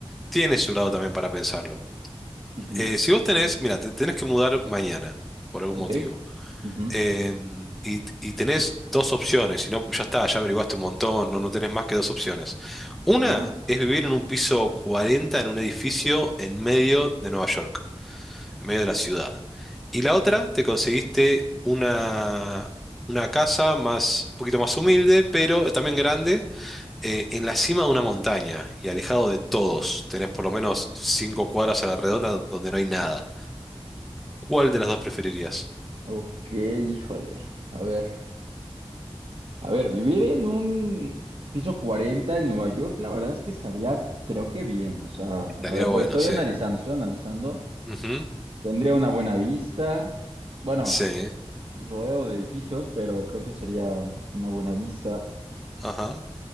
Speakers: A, in the centre; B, on the right.
A: tiene su lado también para pensarlo.
B: Ujú,
A: Eh, si vos tenés, mira, te tenés que mudar mañana, por algún
B: Ok,
A: motivo.
B: ujú,
A: Eh, y, y tenés dos opciones, si no, ya está, ya averiguaste un montón, no, no tenés más que dos opciones. Una
B: ajá,
A: es vivir en un piso 40 en un edificio en medio de Nueva York, en medio de la ciudad. Y la otra, te conseguiste una, una casa más, un poquito más humilde, pero también grande, eh, en la cima de una montaña y alejado de todos. Tenés por lo menos cinco cuadras a la redonda donde no hay nada. ¿Cuál de las dos preferirías?
B: ok, híjole, a ver, a ver, vivir en un piso 40 en Nueva York, la verdad es que estaría, creo que bien, o sea,
A: Estaría
B: a ver, voy-
A: bueno,
B: estoy
A: sí.
B: analizando, estoy analizando,
A: Ujú,
B: tendría una buena vista, bueno.
A: sí.
B: Rodeo de edificios, pero creo que sería una buena vista.
A: Ajá,